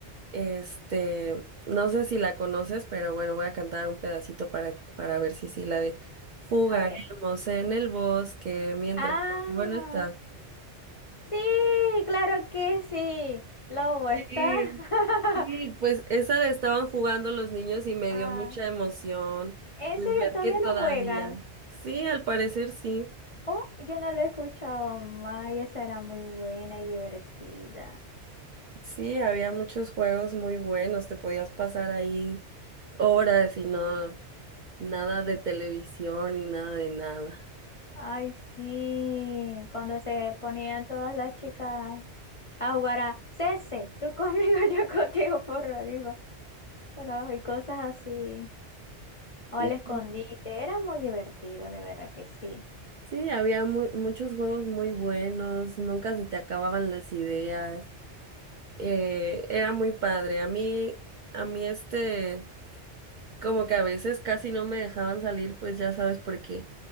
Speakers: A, on the right; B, on the left.
A: Este, no sé si la conoces, pero bueno, voy a cantar un pedacito para para ver si sí la de jugaremos
B: A ver.
A: en el bosque mientras
B: Ah,
A: bueno está.
B: sí, claro que sí. Lobo está.
A: Sí.
B: <laughs>
A: Sí, pues esa la estaban jugando los niños y me
B: Ah,
A: dio mucha emoción,
B: ¿en
A: pues
B: serio
A: ver
B: todavía
A: que todavía.
B: no juegan?
A: Sí, al parecer sí.
B: Oh, yo no la he escuchado más y esa era muy buena y divertida.
A: Sí, había muchos juegos muy buenos, te podías pasar ahí horas y no nada de televisión y nada de nada.
B: Ay, sí, cuando se ponían todas las chicas a jugar a Cese, tú conmigo, <laughs> yo contigo por arriba, por abajo y cosas así. O al
A: Sí,
B: escondite, era muy divertido, de verdad que sí.
A: sí, había mu- muchos juegos muy buenos, nunca se te acababan las ideas. Eh, era muy padre. A mí, a mí este como que a veces casi no me dejaban salir, pues ya sabes por qué.